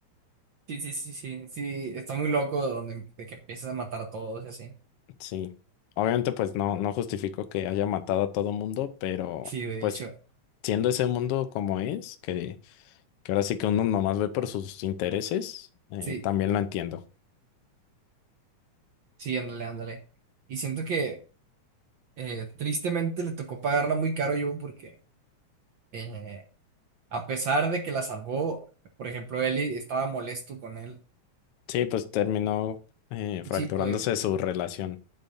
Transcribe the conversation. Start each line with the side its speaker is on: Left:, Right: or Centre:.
Right: Sí, sí, sí, sí, sí, está muy loco de, donde, de que empiezas a matar a todos y así.
Left: Sí, obviamente pues no, no justifico que haya matado a todo mundo, pero
Right: Sí, de
Left: pues
Right: hecho,
Left: siendo ese mundo como es, que, que ahora sí que uno nomás ve por sus intereses, eh,
Right: sí,
Left: también lo entiendo.
Right: sí, ándale, ándale. Y siento que eh, tristemente le tocó pagarla muy caro yo porque eh, a pesar de que la salvó, por ejemplo, Ellie estaba molesto con él.
Left: Sí, pues terminó eh, fracturándose
Right: Sí, pues
Left: su relación.